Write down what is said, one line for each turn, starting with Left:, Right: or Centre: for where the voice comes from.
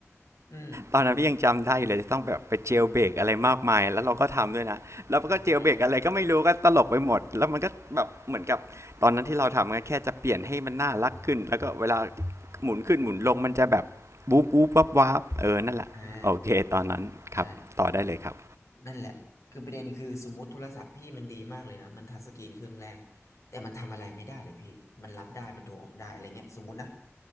Left: อืม
Right: ตอนนั้นพี่ยังจำได้อยู่เลยจะต้องแบบไปเจลเบรกอะไรมากมายแล้วเราก็ทำด้วยนะแล้วมันก็เจลเบรกอะไรก็ไม่รู้ก็ตลกไปหมดแล้วมันก็แบบเหมือนกับตอนนั้นที่เราทำก็แค่จะเปลี่ยนให้มันน่ารักขึ้นแล้วก็เวลา
Left: อ่า
Right: หมุนขึ้นหมุนลงมันจะแบบวูบวูบวับวับเออนั่นแหละโอเคตอนนั้นครับต่อได้เลยครับ
Left: อ่าใช่ นั่นแหละคือประเด็นคือสมมติโทรศัพท์พี่มันดีมากเลยนะ มันทัชสกรีนเครื่องแรกแต่มันทำอะไรไม่ได้เลยพี่มันรับได้ มันโทรออกได้อะไรเงี้ยสมมตินะ